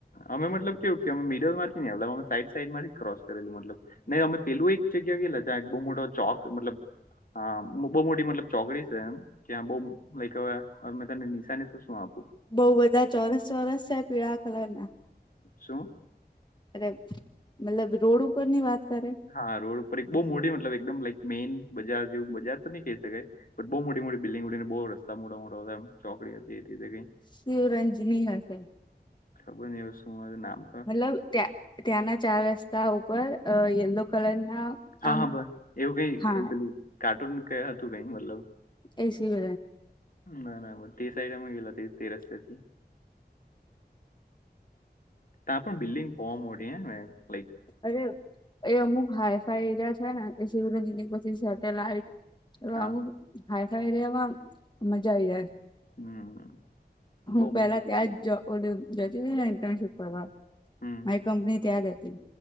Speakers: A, on the left; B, on the left.
A: અમે મતલબ કેવું કે અમે મિડલ માંથી નેડ અમે સાઈડ સાઈડ માંથી ક્રોસ કરેલું મતલબ નહી અમે પેલું એક જગ્યા ગયલા ત્યાં એક બહુ મોટો ચોક મતલબ હા બહુ મોટી મતલબ ચોકડી છે એમ ક્યાં બહુ લવે તને નિશાનીને તો શું આપ
B: બઉ બધા ચોરસ ચોરસ છે પીળા કલર ના
A: શું
B: અરે મતલબ રોડ ઉપર ની વાત કરે
A: હા રોડ ઉપર એક બહુ મોટી મતલબ એકદમ લક મેઈન બજાર જેવું બજાર પર નહી કહી શકાય બઉ મોટી મોટી બિલ્ડિંગ ઉડી બહુ રસ્તા મોટા મોટા હતામ ચોકડી હતી એીઈ
B: શિવરંજની હશે
A: ખબર ન શું નામ તો
B: મતલબ ત્યાં ત્યાંના ચાર રસ્તા ઉપર યલો કલર ના
A: હા
B: આમ
A: હા બસ એવું કઈ
B: હા
A: પેલું કાર્ટૂન ક હતું કઈ મતલબ
B: એસી ગ
A: ના ના બ તે સાઈડમાં ગેલા તે રસ્તતાથી ત્યાં પણ બિલ્ડિંગ બહવા મોટી હ
B: અરે એ અમુક હાઈ ફાઈ એરિયા છે ને એ શિવરજની પછી સેટેલાઈટ તો
A: હા
B: અમુક હાાઈફાઈ રહેેવામાં મજા આવી જાય
A: હમ
B: હું
A: બહુ
B: પેલા
A: મોટી બિલ્ડિંગ
B: ત્યાં જ જતી હતી ને ઇન્ટનશીપ કરવા
A: હમ
B: મારી કંપની ત્યા જ હતી